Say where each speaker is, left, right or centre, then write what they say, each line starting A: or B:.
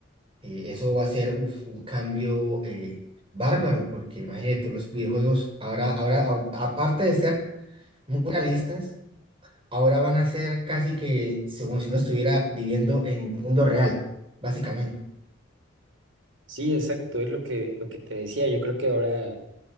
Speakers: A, on the right; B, on the right.
A: eh, eso va a ser uf, un cambio eh, bárbaro, porque imagínate, los videojuegos ahora, ahora, a- aparte de ser muy realistas, ahora van a ser casi que como si uno estuviera viviendo en un mundo real, básicamente.
B: Sí, exacto, es lo que, lo que te decía. Yo creo que ahora